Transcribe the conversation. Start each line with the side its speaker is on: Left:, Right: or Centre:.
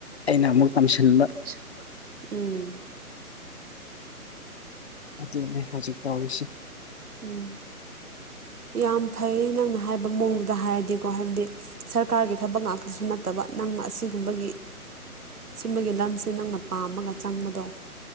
Left: ꯑꯩꯅ ꯑꯃꯨꯛ ꯇꯝꯁꯤꯟꯕ
Right: ꯏꯁꯤꯟꯕ ꯎꯝ
Left: ꯑꯗꯨꯅꯦ ꯍꯧꯖꯤꯛ ꯇꯧꯔꯤꯁꯤ
Right: ꯎꯝ ꯌꯥꯝ ꯐꯩꯌ‌ꯦ ꯅꯪꯅ ꯍꯥꯏꯕ ꯃꯑꯣꯡꯗꯨꯗ ꯍꯥꯏꯔꯗꯤꯀꯣ ꯍꯥꯏꯕꯗꯤ ꯁꯔꯀꯥꯔꯒꯤ ꯊꯕꯛ ꯉꯥꯛꯇꯁꯨ ꯅꯠꯇꯕ ꯅꯪꯅ ꯑꯁꯤꯒꯨꯝꯕꯒꯤ ꯁꯤꯝꯕꯒꯤ ꯂꯝꯁꯦ ꯅꯪꯅ ꯄꯥꯝꯃꯒ ꯆꯪꯕꯗꯣ